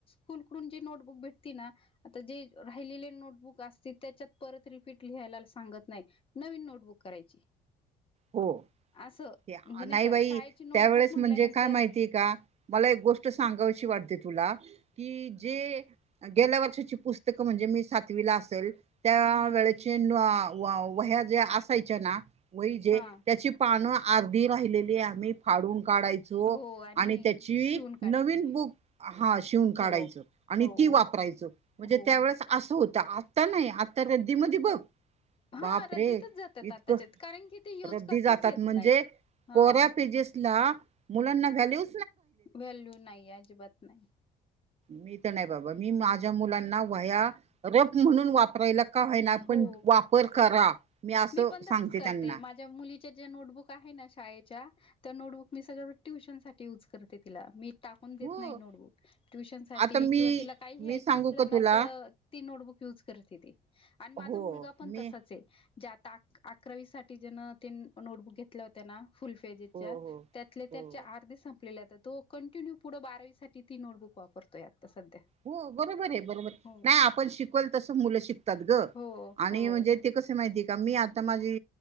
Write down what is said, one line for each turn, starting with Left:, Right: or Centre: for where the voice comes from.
Left: कूलकडून जे नोटबुक भेटते ना आता जे राहिलेले नोटबुक असते त्याच्यात परत रिपीट लिहायला सांगत नाही नवीन नोटबुक करायची
Right: हो
Left: असं
Right: ते
Left: म्हणजे
Right: नाही
Left: का
Right: बाई
Left: शाळेची नोटबुक
Right: त्यावेेळेस
Left: म्हटल्यानंतर
Right: म्हणजे काय माहितीय का मला एक गोष्ट सहावेशी वाटते तुला कि जे. गेल्या वर्षाची पुस्तकं म्हणजे मी सातवीला असल. त्या
Left: हा
Right: वेळेचे व्हया जे असायच्या ना वही जे.
Left: हा
Right: त्याची पानं अर्धी राहिलेली आम्ही फाडून काढायचो. काढायचो.
Left: हो
Right: आणि त्याची
Left: शिवून काढायचे
Right: नवीन बुक हा शिवून काढायच
Left: हो
Right: आणि
Left: हो
Right: ती वापरायच.
Left: हो
Right: म्हणजे
Left: हो
Right: त्या वेळेस असं होतं आता नाही आता रद्दीमध्ये बघ.
Left: हा
Right: बाप
Left: रद्दीतच
Right: रे
Left: जात्यात
Right: इतकं
Left: आताच्यात कारण की ते यूज
Right: रद्दी
Left: करताच
Right: जातात.
Left: येत
Right: म्हणजे
Left: नाही हा
Right: कोऱ्या पेजेसला मुलांना व्हॅल्यू
Left: व्हॅल्यू नाही अजिबात नाही
Right: मी तर नाही बाबा मी माझ्या मुलांना व्हाया रप म्हणून वापरायला. का होय ना
Left: हो
Right: पण वापर करा मी असं
Left: पण तसच
Right: सांगते
Left: करते
Right: त्यांना.
Left: माझ्या मुलीच्या ज्या नोटबुक आहे ना शाळेच्या. त्या नोटबुक मी सगळं ट्युशन साठी यूज करते. तिला मी टाकून देत
Right: हो
Left: नाही. नोटबुक ट्युशन साठी
Right: आता मी
Left: किंवा तिला काही लिहायचं
Right: मी सांगू
Left: असलं.
Right: का
Left: ना
Right: तुला
Left: त ती नोटबुक युज करते ती. आणि माझा
Right: हो
Left: मुलगा पण
Right: मी
Left: तसाच आहे. ज्या आता अकरावी साठी जन ते नोटबुक घेतले होते. ना फुलफेजेच्या
Right: हो हो
Left: त्यातले त्यांचे
Right: हो.
Left: अर्ध सं आपला आ तो कंटिन्यू पुढं बारावी साठी ती नोटबुक वापरतोय आता सध्या
Right: हो बरोबर आहे बरोबर
Left: हो
Right: नाही आपण शिकवल तस मुलं शिक ग
Left: हो
Right: आणि
Left: हो
Right: म्हणजे ते कस माहिती का मी आता माझी